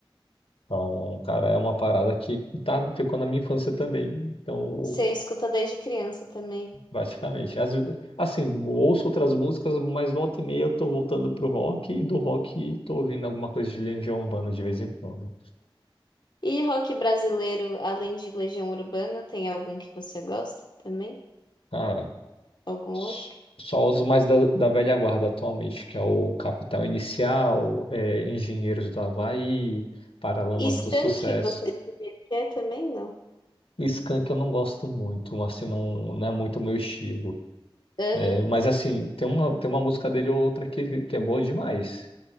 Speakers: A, on the left; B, on the left.
A: Então, cara, é uma parada que tá, ficou na minha infância também. Então,
B: Você escuta desde criança também.
A: basicamente, as- assim, ouço outras músicas, mas volta e meia eu tô voltando pro rock e do rock tô ouvindo alguma coisa de Legião Urbana de vez em quando.
B: E rock brasileiro, além de Legião Urbana, tem algum que você gosta também?
A: Cara,
B: Algum
A: s-
B: outro?
A: só os mais da, da velha guarda atualmente, que é o Capital Inicial, é, Engenheiros do Havaí, Paralamas
B: E Skank,
A: do Sucesso.
B: você diria que é também? Não.
A: Skank eu não gosto muito, assim, não, não é muito o meu estilo.
B: Aham,
A: É, mas assim, tem uma, tem uma música dele ou outra que, que é boa demais.